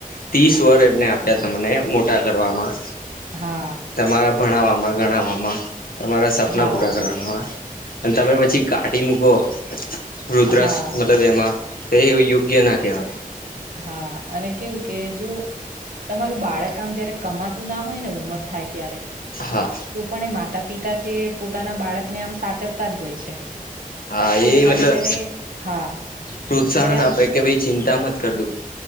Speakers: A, on the left; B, on the right.
A: ત્રીસ વર એમને આપ્યા તમને મોટા કરવામાં.
B: હા.
A: તમારા ભણાવવામાં ગણાવવામાં તમારા સપના
B: હા,
A: પૂરા કરાવવામાં. અને તમે પછી કાઢી મૂકો રુદ્રક્ષ
B: હા.
A: મતલબ એમાં. તે એવું યોગ્ય ના કેવાય
B: હા અને કેવું કે જો તમારું બાળક આમ જયારે કમાતું ના હોય ને ઉમર થાય ત્યારે
A: હા
B: તો પણ એ માતા પિતા છે પોતાના બાળકને આમ સાચવતા જ હોય છે.
A: હા
B: પણ
A: એ મતલબ
B: આમ જયારે હા
A: પ્રોત્સાહન
B: જયારે આમ
A: આપે કે ભાઈ ચિંતા મત કર તું